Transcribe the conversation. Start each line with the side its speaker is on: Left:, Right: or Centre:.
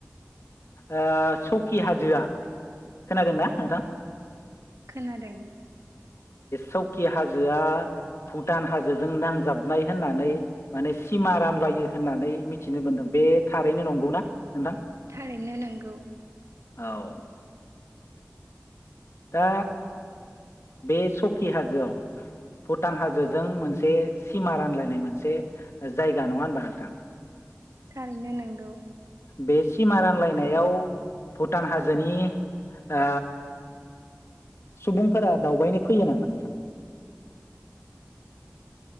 Left: ओ सौकि हाजोआ खोनादोंना नोंथां?
Right: खोनादों
Left: सौकि हाजोआ भुटान हाजोजों नांजाबनाय होननानै माने सिमा रानलायो होननानै मिथिनो मोनदों बे थारैनो नंगौना? नोथां
Right: थारैनो नोंगौ
Left: औ दा बे सौकि हाजोआव भुटान हाजोजों मोनसे सिमा रानलायनाय मोनसे जायगा नङा होनबा नोंथां
Right: थारैनो नांगौ
Left: बे सिमा रानलायनायाव भुटान हाजोनि ओ सुबुंफोरा दावबायनो फैयो नामा नोंथां?